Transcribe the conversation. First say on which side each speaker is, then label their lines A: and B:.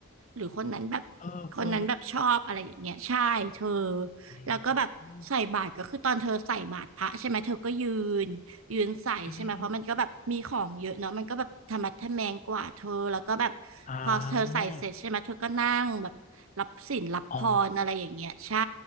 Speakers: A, on the right (about 85°); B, on the left (about 35°).
A: หรือคนนั้นแบบ
B: เออเออ
A: คนนั้นแบบชอบอะไรอย่างเงี้ยใช่เธอ
B: อืมอืม
A: แล้วก็แบบใส่บาตรก็คือตอนเธอใส่บาตรพระใช่ไหมเธอก็ยืนยืนใส่ใช่ไหมเพราะมันก็แบบมีของเยอะเนาะมันก็แบบธรรมะทะแมงกว่าเธอแล้วก็แบบ
B: อืมอ่า
A: พอเธอใส่เสร็จใช่ไหมเธอก็นั่งแบบรับศีลรับพรอะไรอย่างเงี้ยใช่
B: อ๋อ